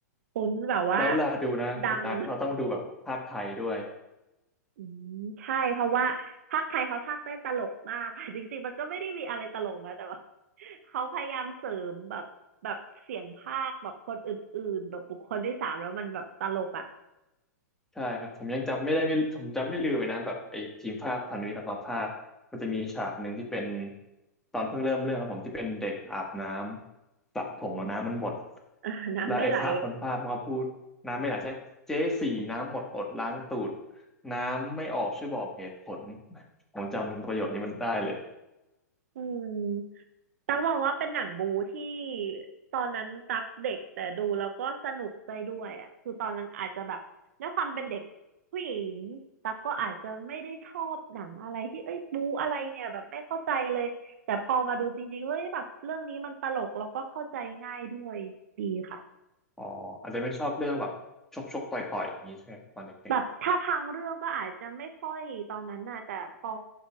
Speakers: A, on the right; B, in the centre.
A: คุ้นแบบว่า
B: แล้วเวลาดูนะคุณตั๊กเราต้องดูแบบภาคไทยด้วย
A: ดัง อืมใช่เพราะว่าภาคไทยเขาพากย์ได้ตลกมากค่ะ <laughs> จริงๆมันก็ไม่ได้มีอะไรตลกนะแต่ว่า <laughs> เขาพยายามเสริมแบบแบบเสียงภาคแบบคนอื่นๆแบบบุคคลที่สามแล้วมันแบบตลกอ่ะ <laughs>
B: ใช่ครับผมยังจำไม่ได้ไม่ผมจำไม่ลืมเลยนะแบบไอ้ทีมภาคพันธมิตรต่างกับภาคมันจะมีฉากหนึ่งที่เป็นตอนเพิ่งเริ่มเรื่องครับผมที่เป็นเด็กอาบน้ำสระผมแล้วน้ำมันหมด
A: เออน้ำไม่ไหล
B: แล้วไอ้พระคนภาคมันก็พูดน้ำไม่ไหลใช่เจ๊สี่น้ำหมดอดล้างตูดน้ำไม่ออกช่วยบอกเหตุผลผมจำประโยคนี้มันได้เลย
A: อืม ตั๊กมองว่าเป็นหนังบู๊ที่ตอนนั้นตั๊กเด็กแต่ดูแล้วก็สนุกได้ด้วยอ่ะคือตอนนั้นอาจจะแบบด้วยความเป็นเด็กผู้หญิงตั๊กก็อาจจะไม่ได้ชอบหนังอะไรที่เอ้ยบู๊อะไรเนี่ยแบบไม่เข้าใจเลยแต่พอมาดูจริงๆเฮ้ยแบบเรื่องนี้มันตลกแล้วก็เข้าใจง่ายด้วยดีค่ะ
B: อ๋ออาจจะไม่ชอบเรื่องแบบชกชกต่อยต่อยอย่างนี้ใช่ไหมครับตอนเด็ก
A: แบบถ้าทางเรื่องก็อาจจะไม่ค่อยตอนนั้นน่ะแต่พอ